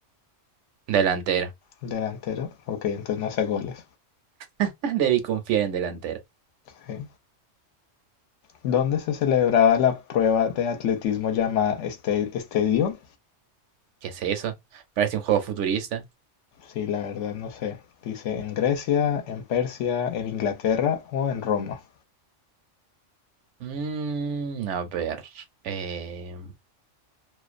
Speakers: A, on the right (about 75°); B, on the left (about 75°).
A: Delantero.
B: Delantero, ok, entonces no hace goles.
A: <laughs> Debí confiar en delantero.
B: sí. ¿Dónde se celebraba la prueba de atletismo llamada este, estadio?
A: ¿Qué es eso? Parece un juego futurista.
B: Sí, la verdad no sé. Dice en Grecia, en Persia, en Inglaterra o en Roma.
A: Mm, a ver. eh,